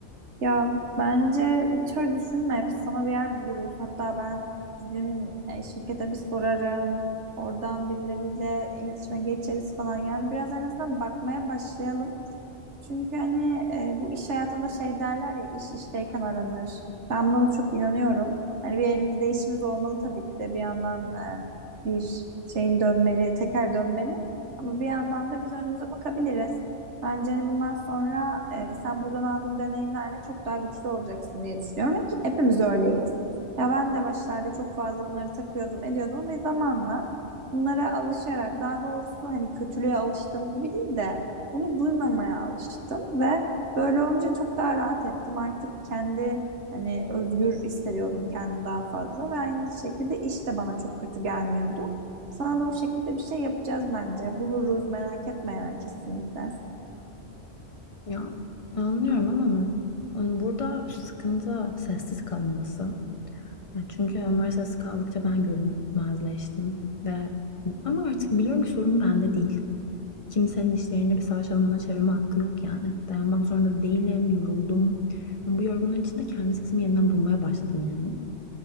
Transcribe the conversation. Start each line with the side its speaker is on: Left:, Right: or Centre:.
Right: Ya bence hiç öyle düşünme. Biz sana bir yer buluruz. Hatta ben bizim e, şirkete bir sorarım. Oradan birileriyle iletişime geçeriz falan. Yani biraz en azından bakmaya başlayalım. Çünkü hani e, bu iş hayatında şey derler ya iş işteyken aranır. Ben buna da çok inanıyorum. Hani bir elimizde işimiz olmalı tabii ki de bir yandan e, bir şeyin dönmeli, teker dönmeli. Ama bir yandan da biz önümüze bakabiliriz. Bence hani bundan sonra e, sen buradan aldığın deneyimlerle çok daha güçlü olacaksın diye düşünüyorum. Ki hepimiz öyleyiz. Ya ben de başlarda çok fazla bunları takıyordum, ediyordum ve zamanla bunlara alışarak daha doğrusu hani kötülüğe alıştım gibi değil de bunu duymamaya alıştım ve böyle olunca çok daha rahat ettim. Artık kendi hani özgür hissediyordum kendimi daha fazla ve aynı şekilde iş de bana çok kötü gelmiyordu. Sana da o şekilde bir şey yapacağız bence. Buluruz merak etme yani kesinlikle.
Left: Ya anlıyorum ama ben, yani burada sıkıntı sessiz kalınması. Ya Çünkü onlar sessiz kaldıkça ben görünmezleştim ve hani, ama artık biliyorum ki sorun bende değil. Kimsenin işlerini bir savaş alanına çevirme hakkı yok yani. Dayanmak zorunda değilim, yoruldum. Ama bu yorgunluğun içinde kendi sesimi yeniden bulmaya başladım yani.